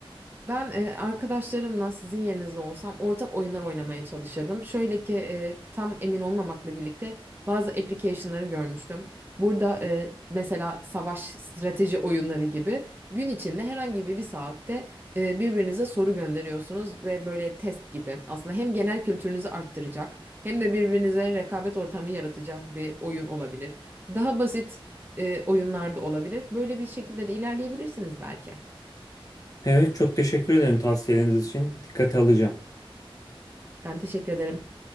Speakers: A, on the right; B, on the left.
A: Ben e, arkadaşlarımla sizin yerinizde olsam ortak oyunlar oynamaya çalışırdım. Şöyle ki e, tam emin olmamakla birlikte bazı application'ları görmüştüm. Burada e, mesela savaş strateji oyunları gibi gün içinde herhangi bir bir saatte e, birbirinize soru gönderiyorsunuz ve böyle test gibi. Aslında hem genel kültürünüzü arttıracak hem de birbirinize rekabet ortamı yaratacak bir oyun olabilir. Daha basit e, oyunlar da olabilir. Böyle bir şekilde de ilerleyebilirsiniz belki.
B: Evet çok teşekkür ederim tavsiyeleriniz için. Dikkate alacağım.
A: Ben teşekkür ederim.